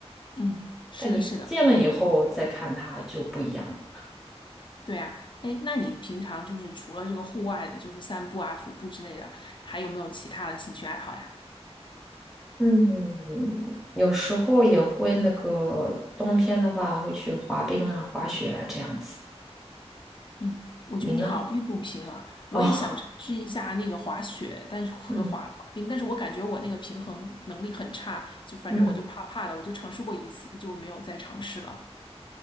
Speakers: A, on the left (about 45°); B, in the centre.
A: 嗯，是的，
B: 但你见了以后再看它就不一样了。
A: 是的，对啊。哎，那你平常就是除了这个户外的，就是散步啊、徒步之类的，还有没有其他的兴趣爱好呀？
B: 嗯，有时候也会那个冬天的话会去滑冰啊、滑雪啊这样子。
A: 嗯，我觉得你好运动型啊，
B: 你呢？
A: 我也想尝试一下那个滑雪，
B: 哦，
A: 但是和滑滑冰，
B: 嗯
A: 但是我感觉我那个平衡能力很差，就反正我就怕怕的，
B: 嗯，
A: 我就尝试过一次就没有再尝试了。